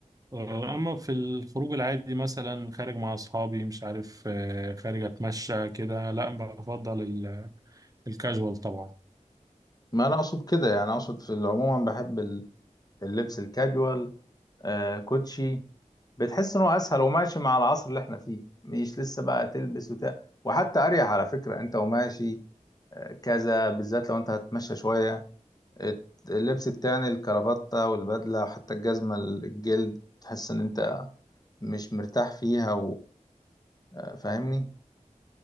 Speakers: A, on the right; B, on the left.
A: آه، اما في الخروج العادي مثلا خارج مع اصحابي مش عارف آه، خارج اتمشى كده لا بفضل ال- الكاجوال طبعا
B: ما انا اقصد كده يعني اقصد في العموم بحب ال- اللبس الكاجوال آه كوتشي بتحس ان هو اسهل وماشي مع العصر اللي احنا فيه مش لسه بقى تلبس وتاع وحتى اريح على فكرة انت وماشي آه، كذا بالذات لو انت هتمشى شوية الت- اللبس التاني الكرافتة والبدلة وحتى الجزمة الجلد تحس ان انت مش مرتاح فيها وفاهمني